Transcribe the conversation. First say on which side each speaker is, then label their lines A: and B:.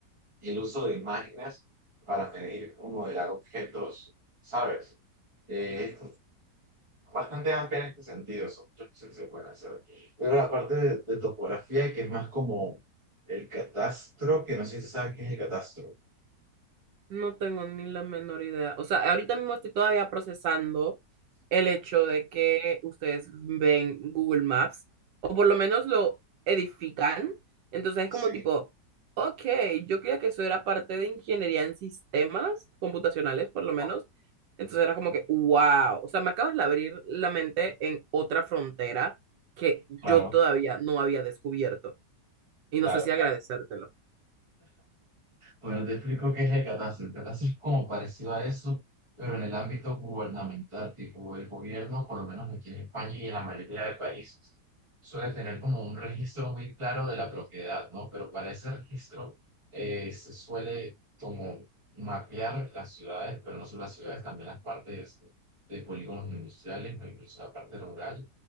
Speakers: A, on the right; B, on the right.
A: el uso de imágenes para medir o modelar objetos, ¿sabes? Eh, bastante amplia en este sentido. Son muchas cosas que se pueden hacer. Luego la parte de, de topografía, que es más como el catastro, que no sé si sabes qué es el catastro. ¿ok?
B: No tengo ni la menor idea. O sea, ahorita mismo estoy todavía procesando el hecho de que ustedes ven Google Maps o por lo menos lo edifican. Entonces es
A: Sí.
B: como tipo, ok, yo creía que eso era parte de ingeniería en sistemas computacionales, por lo menos.
A: Claro,
B: Entonces era como que, wow. O sea, me acabas de abrir la mente en otra frontera que yo
A: claro.
B: todavía no había descubierto. Y
A: claro.
B: no sé si agradecértelo.
A: Bueno, te explico qué es el catastro. El catastro es como parecido a eso, pero en el ámbito gubernamental, tipo el gobierno, por lo menos aquí en España y en la mayoría de países, suele tener como un registro muy claro de la propiedad, ¿no? Pero para ese registro eh, se suele como mapear las ciudades, pero no solo las ciudades, también las partes de polígonos industriales, o incluso la parte rural,